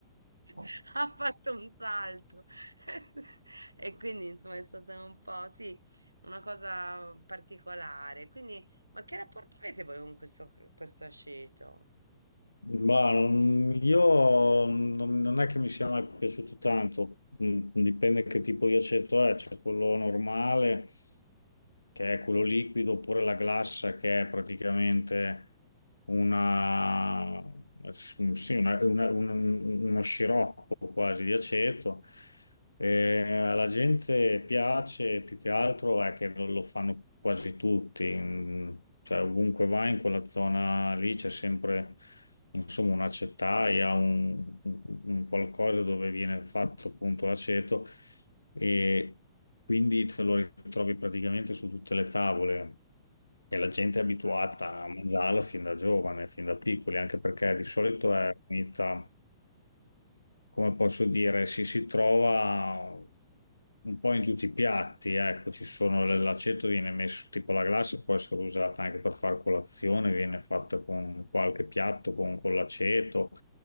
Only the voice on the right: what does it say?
<laughs> ha fatto un salto <laughs> e quindi insomma è stata un po' sì, una cosa particolare. Quindi, ma che rapporto avete voi con questo, questo aceto?
Ah,